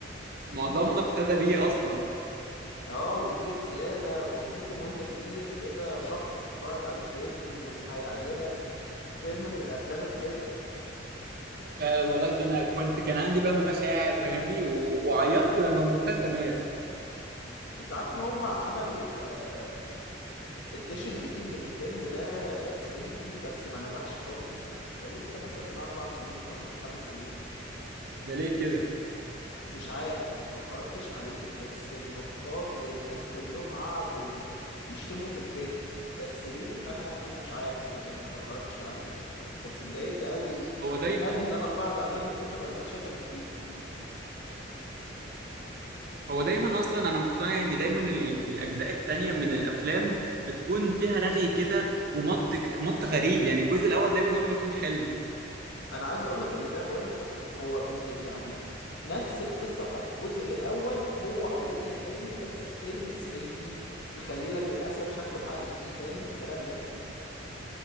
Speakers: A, on the right (about 50°); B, on the left (about 65°).
A: معظمنا ابتدى بيه اصلا
B: اه وفيه رساله وممكن وانت كبير كده شحط تتفرج عليه تاني وهيعجبك فيلم من الافلام الحلوه
A: فعلا والله ده انا كنت كان عندي بقى مشاعر فاهمني و- وعيطت لما مufasa مات
B: انت عارف ان هم عملوا آه، اديشن جديد من الفيلم ده 3 دي بس ما نجحش خالص ده لسه مثلا من اربع سنين ولا من خمس سنين
A: ده ليه كده
B: مش عارف ما اتفرجتش عليه بس النقاد والناس كلهم قعدوا ي- يشتموا في الفيلم بس ليه انا انا مش عارف للامانه ما اتفرجتش عليه بس اتضايقت قوي يعني
A: هو دايما
B: قتلني ان انا اتفرج عليه من كتر ما الناس شتمت فيه
A: هو دايما اصلا انا مقتنع ان دايما ال- الاجزاء التانية من الافلام بتكون فيها رغي كده ومط مط غريب يعني الجزء الاول دايما هو اللي بيكون حلو
B: انا عايز اقول لك ان ده بقول لك نفس هو بي يعني نفس القصه بتاعت الجزء الاول هو عايدها تاني بس في فيلم 3 دي مخلي لك الاسد شكله حقيقي فاهم الكلام ده